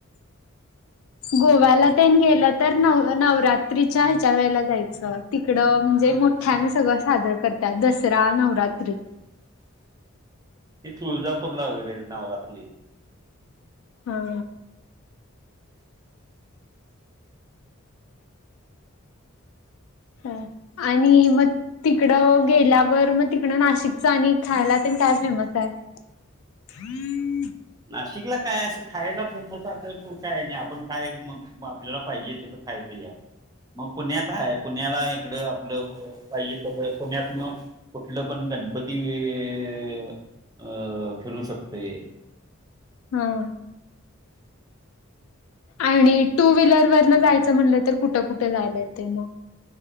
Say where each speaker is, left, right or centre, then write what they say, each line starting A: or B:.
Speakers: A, on the left; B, on the right.
A: गोव्याला तेन गेलं तर नव नवरात्रीच्या ह्याच्या वेळेला जायचं. तिकडं म्हणजे मोठ्यानं सगळं साजरं करत्यात दसरा, नवरात्री.
B: ते तुळजापूरला वगैरे नवरात्र.
A: हा. हा, आणि म तिकडं गेल्यावर मग तिकडं नाशिकच आणि खायला तेण काय फेमस आहे. <unintelligible>
B: नाशिकला काय असं खायला फेमस असल काय नाही आपण खाय मग म आपल्याला पाहिजे तसं खायचं या मग पुण्यात हाय पुण्याला इकडं आपलं पाहिजे तस पुण्यात म. कुठलं पण गणपती वे अ फिरू शकतोय.
A: हम्म. आणि टूव्हीलर वरन जायचं म्हटलं तर कुठं कुठं जायला येतय मग?